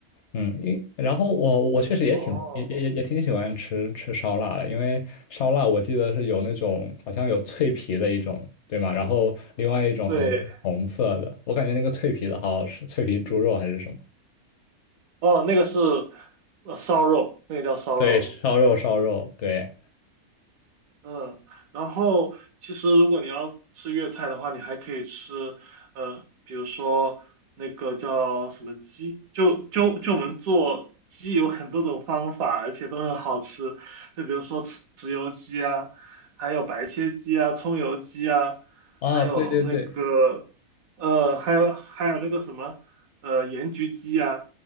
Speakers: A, on the left; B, on the right.
A: 嗯，因然后我我确实也挺也也也也挺喜欢吃吃烧腊的，
B: 哦，
A: 因为烧腊我记得是有那种好像有脆皮的一种，对吗？然后另外一种好像是红色的，
B: 对，
A: 我感觉那个脆皮的好好吃，脆皮猪肉还是什么？
B: 哦，那个是呃烧肉，那个叫烧肉。
A: 对，烧肉烧肉，对，
B: 嗯，然后其实如果你要吃粤菜的话，你还可以吃，呃，比如说那个叫什么鸡，就就就我们做鸡有很多种方法，而且都很好吃。就比如说豉豉油鸡啊，还有白切鸡啊，葱油鸡啊，
A: 啊，
B: 还有那个呃，
A: 对对对，
B: 还有还有那个什么呃盐焗鸡啊，